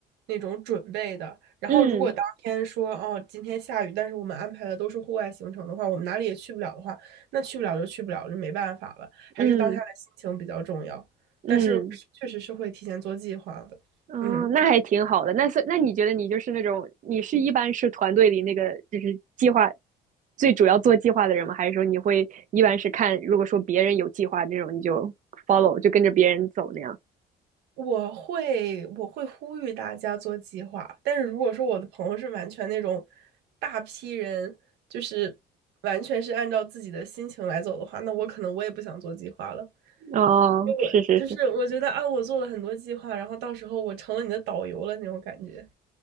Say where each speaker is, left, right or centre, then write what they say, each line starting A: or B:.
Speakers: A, on the right; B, on the right.
A: 那种准备的。然后，
B: 嗯
A: 如果当天说哦，今天下雨，但是我们安排的都是户外行程的话，我们哪里也去不了的话，那去不了就去不了，就没办法了。还是当下的心情比较重要，
B: 嗯嗯
A: 但是确实是会提前做计划的。
B: 哦，
A: 嗯，
B: 那还挺好的。那是，那你觉得你就是那种，你是一般是团队里那个就是计划最主要做计划的人吗？还是说你会一般是看，如果说别人有计划这种，你就 follow 就跟着别人走那样？
A: 我会我会呼吁大家做计划，但是如果说我的朋友是完全那种大批人，就是完全是按照自己的心情来走的话，那我可能我也不想做计划了，
B: 哦，
A: 因为我就是我觉得啊，
B: 是是是，
A: 我做了很多计划，然后到时候我成了你的导游了那种感觉。